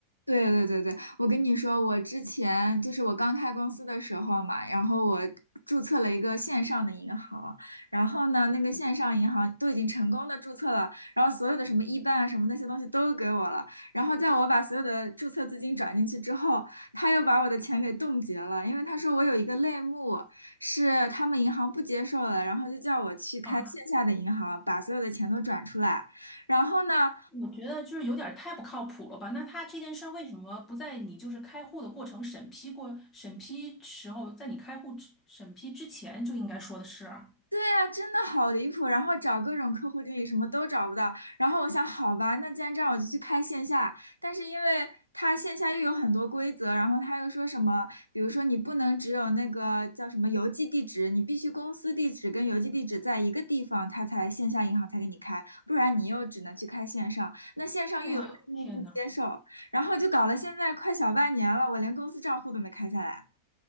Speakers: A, on the right; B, on the left.
A: 对对对对，我跟你说，我之前就是我刚开公司的时候嘛，然后我注册了一个线上的银行，然后呢，那个线上银行都已经成功的注册了，然后所有的什么一办啊什么那些东西都给我了，然后在我把所有的注册资金转进去之后，他又把我的钱给冻结了，因为他说我有一个类目是他们银行不接受的，然后就叫我去开线下的银行，
B: <laughs> 啊。
A: 把所有的钱都转出来。然后呢？
B: 我觉得就是有点儿太不靠谱了吧？那他这件事儿为什么不在你就是开户的过程审批过审批时候，在你开户之审批之前就应该说的是啊？
A: 对呀，真的好离谱，然后找各种客户经理什么都找不到，然后我想，好吧，那既然这样，我就去开线下。但是因为他线下又有很多规则，然后他又说什么，比如说你不能只有那个叫什么邮寄地址，你必须公司地址跟邮寄地址在一个地方，他才线下银行才给你开，不然你又只能去开线上。那线上又有内幕不接受，
B: 哇、天呐！
A: 然后就搞了现在快小半年了，我连公司账户都没开下来。